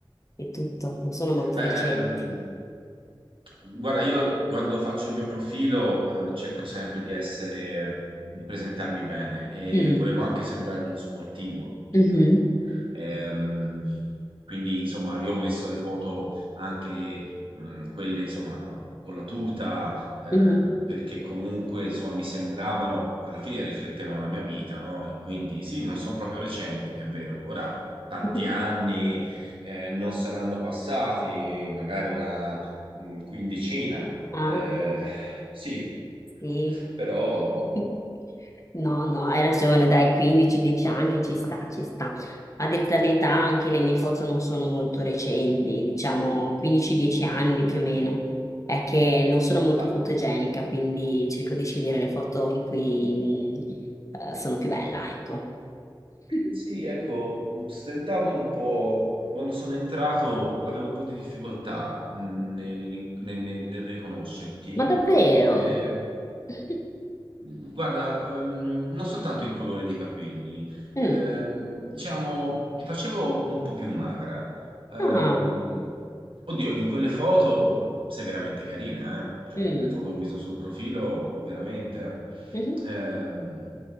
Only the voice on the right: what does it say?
Ehm,
guarda, io quando faccio il mio profilo eh, cerco sempre di essere, di presentarmi bene e
volevo anche sembrare uno sportivo, ti
dico. Ehm, quindi, insomma, io ho messo le foto anche mh, quelle, insomma, con la tuta, eh,
perché comunque, insomma, mi sembravano, alla fine riflettevano la mia vita, no? E quindi sì, non sono proprio recenti, è vero. Ora, tanti
anni eh, non saranno passati magari una mm, quindicina.
eh, sì,
però,
ma
sì, ecco, stentavo un po', quando sono entrato avevo un po' di difficoltà mm, nel, nel- nel- nel riconoscerti,
eh,
Guarda, ehm, non soltanto il colore dei capelli, ehm,
diciamo, ti facevo un po' più magra. Ehm,
oddio, in quelle foto sei veramente carina, eh? Cioè,
le foto che ho visto sul profilo, veramente.
eh. Ehm,